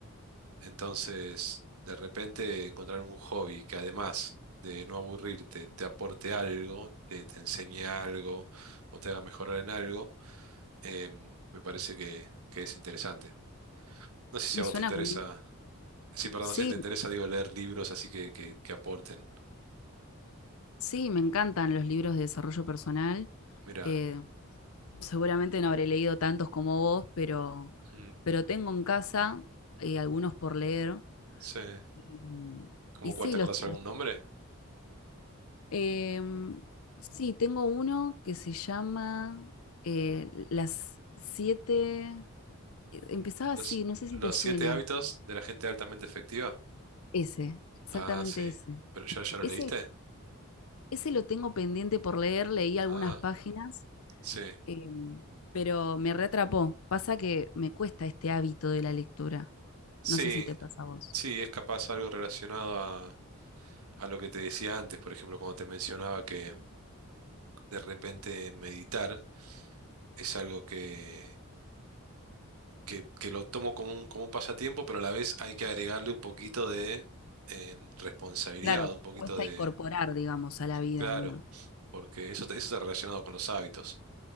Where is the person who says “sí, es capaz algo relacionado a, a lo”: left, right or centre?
Right